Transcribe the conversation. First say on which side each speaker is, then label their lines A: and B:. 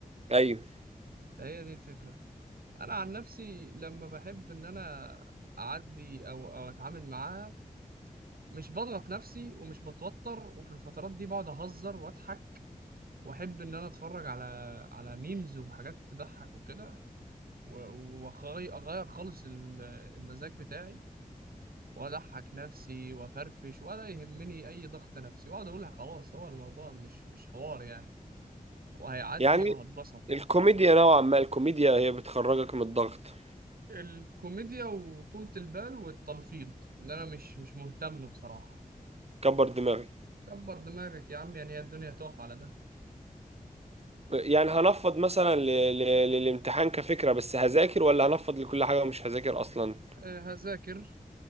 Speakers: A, on the right (about 45°); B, on the right (about 85°).
A: ايوه
B: فهي دي الفكرة انا عن نفسي لما بحب ان انا اعدي او او اتعامل معاها مش بضغط نفسي ومش بتوتر وفي الفترات دي بقعد اهزر واضحك واحب ان انا اتفرج على على ميمز وحاجات تضحك وكده واغير خالص ال- المزاج بتاعي واضحك نفسي وافرفش ولا يهمني اي ضغط نفسي واقعد اقولها خلاص هو الموضوع مش مش حوار يعني وهيعدي
A: يعني
B: وهتبسط
A: الكوميديا نوعا ما الكوميديا هي بتخرجك من الضغط
B: الكوميديا وطولة البال والتلفيظ ان انا مش مش مهتم بصراحة
A: كبر دماغك
B: كبر دماغك يا عم يعني هي الدنيا هتقف على ده
A: يعني هنفض مثلا ل... ل... للامتحان كفكرة بس هذاكر ولا هنفض لكل حاجة ومش هذاكر أصلا
B: أه هذاكر